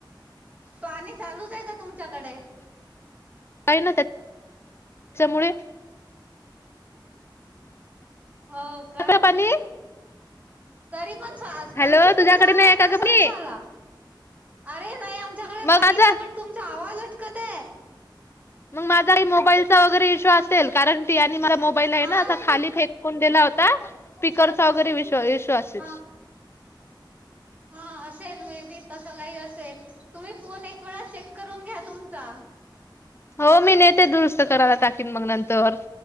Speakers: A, on the right (about 20°); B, on the left (about 30°).
A: पाणी चालूच आहे का तुमच्याकडे
B: का ना त्या त्याच्यामुळे
A: हो काय
B: सगळं पाणी
A: तरी पण
B: हॅलो
A: आणखी
B: तुझ्याकडे
A: तुमचा आवाज
B: नाही आहे का
A: तसाच
B: ग पाणी
A: झाला अरे नाही तुमच्याकडे
B: मग
A: पाणी
B: माझा
A: नाही बट तुमचा आवाज अटकत आहे
B: मग माझा ही मोबाईलचा वगैरे इशू असेल कारण त्या नी मला मोबाइल आहे
A: हा
B: ना खाली फेकून दिला होता स्पीकर चा वगैरे इश्शु असेल
A: हा. हा असेल मेबी तस काही असेल तुम्ही फोन एक वेळा चेक करून घ्या तुम चा
B: हो मी नेते दुरुस्त करायला टाकीन मग नंतर